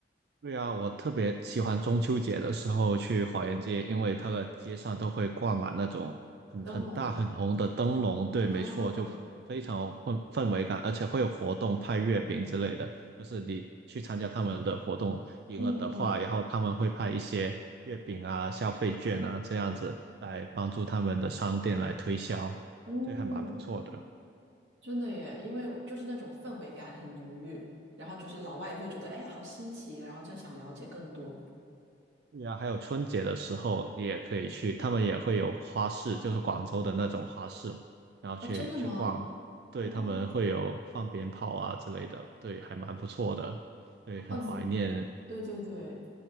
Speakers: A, on the right; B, on the right.
A: 对啊，我特别喜欢中秋节的时候去华园街，因为它的街上都会挂满那种很很大很红的灯笼。
B: 灯笼。
A: 对，没错，
B: 嗯，
A: 就非常有氛氛围感，而且会有活动派月饼之类的。就是你去参加他们的活动，赢了的话，
B: 嗯嗯
A: 然后他们会派一些月饼啊、消费券啊这样子来帮助他们的商店来推销，
B: 嗯，
A: 这还蛮不错的。
B: 真的耶，因为就是那种氛围感很浓郁，然后就是老外也会觉得，哎，好新奇啊，然后就想了解更多。
A: 对呀，还有春节的时候，你也可以去，他们也会有花市，就是广州的那种花市嘛，然后去去逛，
B: 哦，真的吗？
A: 对，
B: 哇，
A: 他们会有放鞭炮啊之类的，对，还蛮不错的，对，很怀念，
B: 嗯，你对对对，